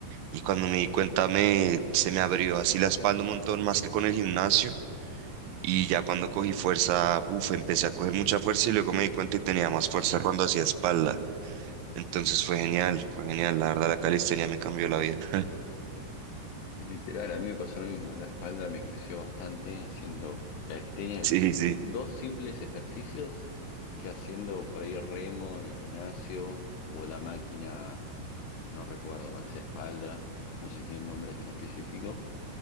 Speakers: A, on the right; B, on the left.
A: Y cuando me di cuenta, me, se me abrió así la espalda un montón más que con el gimnasio. Y ya cuando cogí fuerza, buf, empecé a coger mucha fuerza y luego me di cuenta y tenía más fuerza cuando hacía espalda. Entonces fue genial, fue genial. La verdad, la calistenia me cambió la vida. <laughs>
B: Y literal, a mí me pasó lo mismo, la espalda me creció bastante haciendo calistenia,
A: Sí,
B: el-
A: sí.
B: dos simples ejercicios que haciendo por ahí remo en el gimnasio o la máquina no recuerdo, parecía espalda, no sé si tiene un nombre en específico.